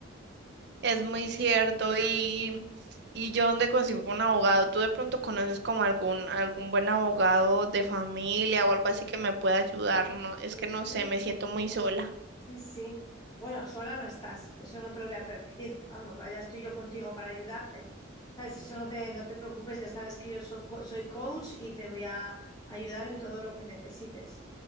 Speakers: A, on the right; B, on the left.
A: es muy cierto. Y, y yo dónde consigo un abogado, ¿tú de pronto conoces como algún, algún buen abogado de familia o algo así que me pueda ayudar? No, es
B: Pues
A: que no sé,
B: sí,
A: me siento muy sola.
B: Sí, sí. Bueno, sola no estás, eso no te lo voy a permitir. Vamos, vaya, estoy yo contigo para ayudarte. ¿Sabes? Eso no te, no te preocupes, ya sabes que yo soy, co- soy coach y te voy a ayudar en todo lo que necesites.